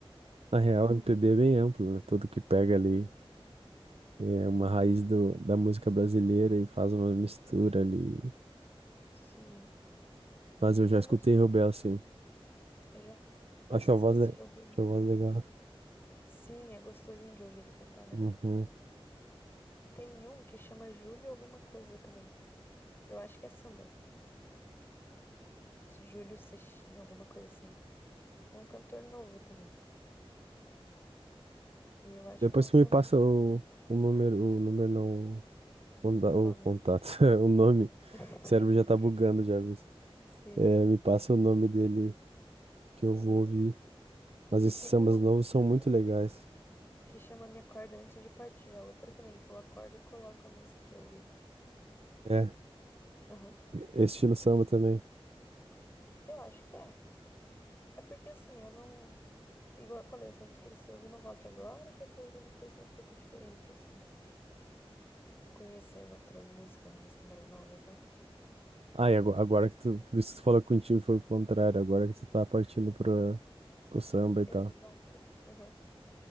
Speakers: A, on the left (about 20°); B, on the right (about 80°).
A: Uhum.
B: Na real, MPB é bem amplo, né? Tudo que pega ali é uma raiz do, da música brasileira e faz uma mistura ali.
A: Sim.
B: Mas eu já
A: Eu
B: escutei
A: não sei,
B: Rubel, sim.
A: já. Não
B: Acho
A: sei
B: a
A: se
B: voz,
A: você
B: le...
A: já ouviu.
B: acho a voz legal.
A: Sim, é gostosinho de ouvir ele cantar, né?
B: Uhum.
A: Tem um que chama Júlio alguma coisa também. Eu acho que é samba. Júlio Seixinho, alguma coisa assim. É um cantor novo também. E eu acho
B: Depois
A: que é um
B: você
A: sambinha
B: me passa o, o número, o número não, o, conta-
A: o
B: o
A: nome.
B: contato, <laughs> o nome.
A: <laughs>
B: O cérebro já tá bugando, já, viu?
A: Sim,
B: É, me passa o nome dele que
A: sim.
B: eu vou ouvir. Mas esses
A: Tem
B: sambas
A: uma música
B: novos são muito legais.
A: que chama Me Acorda Antes de Partir. A outra também, que eu acordo e coloco a música pra ouvir.
B: É,
A: Aham.
B: estilo samba também.
A: Eu acho que é. É porque assim, eu não. Igual eu falei, eu sempre cresci ouvindo rock. Agora que eu tô ouvindo coisas um pouco diferente, assim. Conhecendo outras músicas, músicas mais novas, né?
B: Ah, e ago- agora que tu, por isso que tu falou que contigo foi o contrário, agora que tu tá partindo pro, pro samba e
A: Exato.
B: tal.
A: Aham.